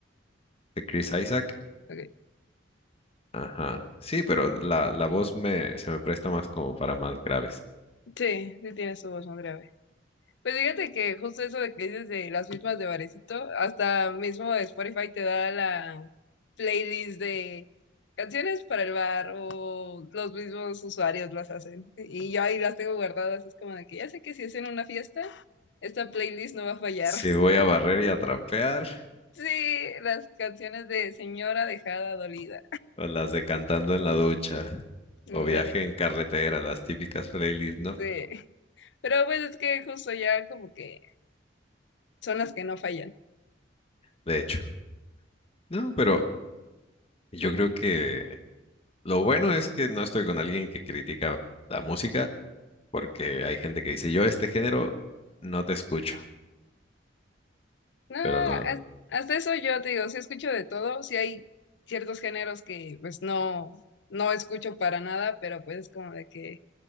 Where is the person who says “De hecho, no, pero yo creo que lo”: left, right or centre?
Left